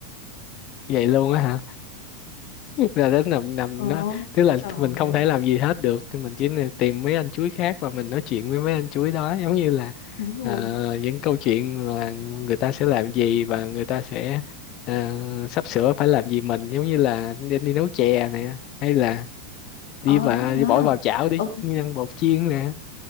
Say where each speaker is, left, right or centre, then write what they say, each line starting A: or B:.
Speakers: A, on the left (about 35°); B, on the left (about 60°).
A: Vậy luôn á hả? là đến nằm nằm
B: ờ
A: nó tức là
B: trời
A: mình không
B: ơi,
A: thể làm gì hết được mình chỉ nên tìm mấy anh chuối khác và mình nói chuyện với mấy anh chuối đó giống như là
B: đúng rồi
A: ờ, những câu chuyện mà người ta sẽ làm gì và người ta sẽ ờ, sắp sửa phải làm gì mình giống như là đi, đi nấu chè nè hay là
B: ờ
A: đi và
B: đúng rồi
A: đi
B: á
A: bỏ vào chảo để
B: ông
A: ăn bột chiên nè